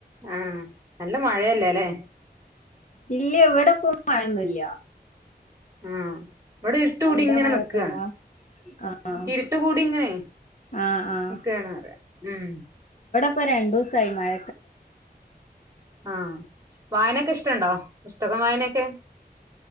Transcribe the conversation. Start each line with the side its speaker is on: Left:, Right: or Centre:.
Right: ആഹ് നല്ല മഴയല്ലേല്ലെ?
Left: ഇല്ല എവടെ പോ മഴൊന്നുല്ല.
Right: ആഹ് ഇവടെ ഇരുട്ടക്കൂടിങ്ങനെ
Left: അവിടെ മഴൊക്കെണ്ടോ
Right: നിക്ക
Left: ആഹ്
Right: ഇരുട്ട് കൂടിയിങ്ങനെ
Left: ആഹ് ആഹ്
Right: നിക്കാന്ന പറയ ഉം.
Left: ഇപ്പ രണ്ടു ദിവ്സായി മഴ
Right: ആഹ് വായനെക്കെ ഇഷ്ടുണ്ടോ? പുസ്തകം വായനേക്കെ.